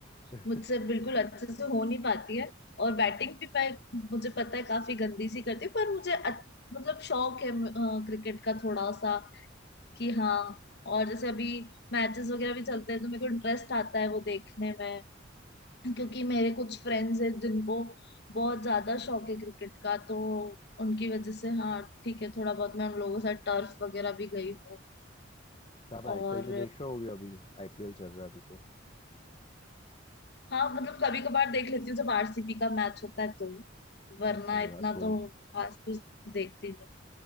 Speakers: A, on the left; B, on the left.
A: तो
B: मुझसे बिल्कुल अच्छे से हो नहीं पाती है और बैटिंग भी मैं मुझे पता है काफी गंदी सी करती हूँ पर मुझे अ- मतलब शौक है क्रिकेट का थोड़ा सा कि हाँ और जैसे अभी मैचेस वगैरह भी चलते हैं तो मेरे को इंटरेस्ट आता है वो देखने में क्योंकि मेरे कुछ फ्रेंड्स हैं जिनको बहुत ज्यादा शौक है क्रिकेट का तो उनकी वजह से हाँ ठीक है थोड़ा बहुत मैं उन लोगों के साथ टर्फ वगैरह भी गई हूँ
A: आप आईपीएल
B: और
A: तो देख रहे होगे अभी आईपीएल चल रहा है अभी तो
B: हाँ मतलब कभी कभार देख लेती हूँ जब आरसीबी का मैच होता है तो वरना
A: अच्छा विराट
B: इतना
A: कोहली
B: तो खास कुछ देखती नहीं